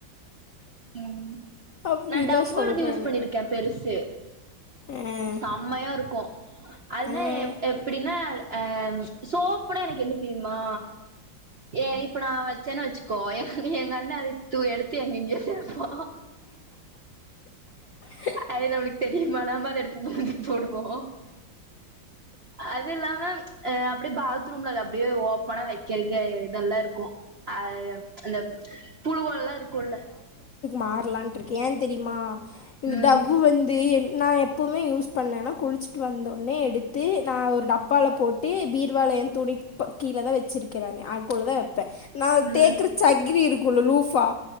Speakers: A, on the right (about 50°); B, on the left (about 70°).
A: ம்
B: அப்படிலாம்
A: நா டவ்வோடது
B: சொல்கிறாங்க
A: யூஸ் பண்ணிருக்கே பெருசு
B: ஆ
A: சம்மையா இருக்கு அதுனா
B: ஆ
A: எப் எப்படின்னா ஆஹ் சோப்புனா எனக்கு என்ன தெரியுமா ஏ இப்ப நா வந் ச்சன்னா வெச்க்கோ எங் எங்க எங்கண்ண அத தூ எடுத்து எங்கேங்கங்யோ வெப்பா
B: ஆ
A: அது நம்மளுக்கு தெரியுமா நம்ம அது எடுத் <unintelligible> போடுவோ அதுல்லாம அ அப்புடே பாத்ரூம்ல அது அப்புடே ஓப்பனா வெக்கேறக்கே இதெல்லா இருக்கு அ அந்த புழுவோல்லா இருக்குல்ல
B: மாற்லான்ட்ருக்கே ஏன் தெரியுமா இந்த
A: ம்
B: டவ்வு வந்து என் நா எப்பவுமே யூஸ் பண்ணேன்னா குளிச்சிட்டு வந்தோன்னே எடுத்து நா ஒரு டப்பால போட்டு பீர்வால என் துணிக் ப கீழேதா வெச்சிருக்கே நானு அதுக்குள்ளதா வெப்பே நா
A: ம்
B: தேக்குற சக்கிரி இருக் குல்லுலூஃபா